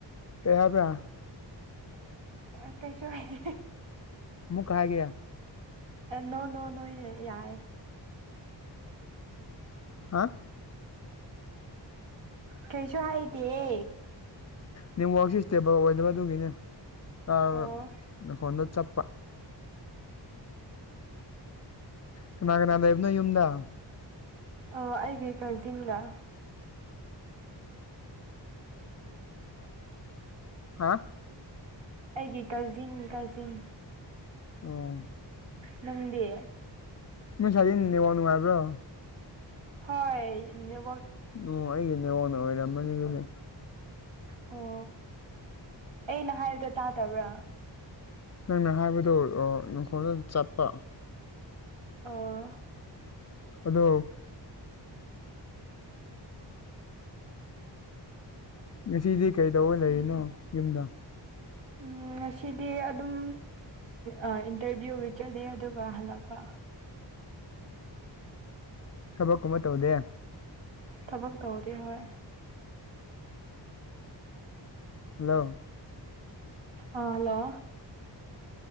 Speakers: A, on the left; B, on the right.
A: ꯀꯩ ꯍꯥꯏꯕ꯭ꯔꯥ
B: ꯑ ꯀꯩꯁꯨ ꯍꯥꯏꯗꯦ
A: ꯃꯨꯛꯀ ꯍꯥꯏꯒꯦꯔ
B: ꯅꯣ ꯅꯣ ꯅꯣꯏ ꯌꯥꯔꯦ
A: ꯍꯥ
B: ꯀꯩꯁꯨ ꯍꯥꯏꯗꯤꯌꯦ
A: ꯅꯤꯝꯋꯥꯛꯁꯤ ꯏꯁꯇꯦꯕꯜ ꯑꯣꯏꯗꯕ ꯑꯗꯨꯒꯤꯅꯦ ꯑ
B: ꯑꯣ
A: ꯅꯈꯣꯟꯗꯣ ꯆꯞꯄ ꯀꯅꯥ ꯀꯅꯥ ꯂꯩꯕꯅꯣ ꯌꯨꯝꯗ
B: ꯑ ꯑꯩꯒꯤ ꯀꯖꯤꯟꯒ
A: ꯍꯥ
B: ꯑꯩꯒꯤ ꯀꯥꯖꯤꯟ ꯀꯥꯖꯤꯟ
A: ꯎꯝ
B: ꯅꯪꯗꯤ
A: ꯅꯣꯢ ꯁꯥꯢꯗꯤ ꯅꯦꯠꯋꯥꯛ ꯅꯨꯉꯥꯢꯕ꯭ꯔꯣ
B: ꯍꯣꯏ ꯅꯦ
A: ꯑꯣ ꯑꯩꯒꯤ ꯅꯦꯠꯋꯥꯛꯅ ꯑꯣꯏꯔꯝꯃꯅꯤ ꯑꯗꯨꯗꯤ
B: ꯑꯣ ꯑꯩꯅ ꯍꯥꯏꯕꯗꯣ ꯇꯥꯗꯕ꯭ꯔꯥ
A: ꯅꯪꯅ ꯍꯥꯏꯕꯗꯣ ꯑꯣ ꯃꯈꯣꯟꯗ ꯗꯨꯝ ꯆꯞꯄ
B: ꯑꯣ
A: ꯑꯗꯣ ꯉꯁꯤꯗꯤ ꯀꯩꯗꯧꯕꯩ ꯂꯩꯔꯤꯅꯣ ꯌꯨꯝꯗ
B: ꯎꯝ ꯉꯁꯤꯗꯤ ꯑꯗꯨꯝ ꯑꯥ ꯏꯟꯇ꯭ꯔꯚꯤꯌꯨ ꯆꯠꯂꯦ ꯑꯗꯨꯒ ꯍꯜꯂꯛꯄ
A: ꯊꯕꯛꯀꯨꯝꯕ ꯇꯧꯗꯦ
B: ꯊꯕꯛ ꯇꯧꯗꯦ ꯍꯣꯏ
A: ꯍꯜꯂꯣ
B: ꯑ ꯍꯜꯂꯣ